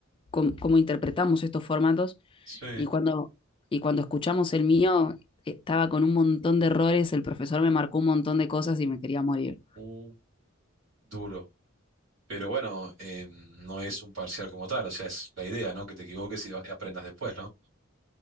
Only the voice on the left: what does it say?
cómo, cómo interpretamos estos formatos
y cuando, y cuando escuchamos el mío estaba con un montón de errores, el profesor me marcó un montón de cosas y me quería morir.